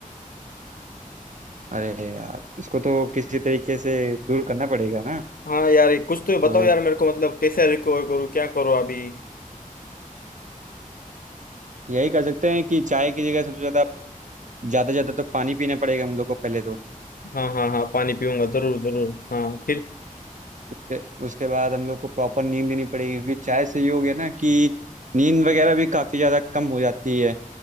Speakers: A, on the right; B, on the left.
A: अरे यार इसको तो किसी तरीके से दूर करना पड़ेगा ना
B: हाँ यार ये कुछ तो बताओ
A: तो
B: यार मेरे को मतलब कैसे रिकवर करूँ क्या करो अभी
A: यही कर सकते हैं कि चाय की जगह सबसे ज़्यादा ज़्यादा ज़्यादा तो पानी पीना पड़ेगा हम लोग को पहले तो
B: हाँ हाँ हाँ पानी पीऊंगा जरूर जरूर हाँ फिर
A: फिर उसके बाद हम लोग को प्रॉपर नींद लेनी पड़ेगी क्योंकि चाय से ये हो गया ना कि नींद वगैरह भी काफ़ी ज़्यादा कम हो जाती है